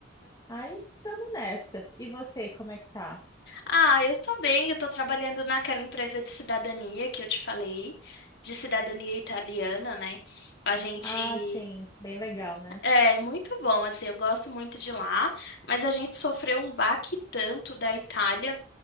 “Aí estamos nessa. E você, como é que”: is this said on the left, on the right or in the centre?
Left